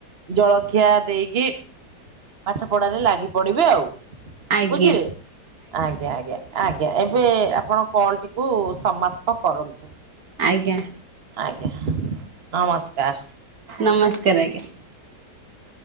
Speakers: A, on the right; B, on the right.
A: ଜଳଖିଆ ଦେଇକି ପାଠ ପଢାରେ ଲାଗି ପଡିବେ ଆଉ।
B: ଆଜ୍ଞା
A: ବୁଝିଲି ଆଜ୍ଞା ଆଜ୍ଞା। ଆଜ୍ଞା ଏବେ ଆପଣ କଲ ଟିକୁ ସମାପ୍ତ କରନ୍ତୁ।
B: ଆଜ୍ଞା
A: ଆଜ୍ଞା ନମସ୍କାର।
B: ନମସ୍କାରା ଆଜ୍ଞା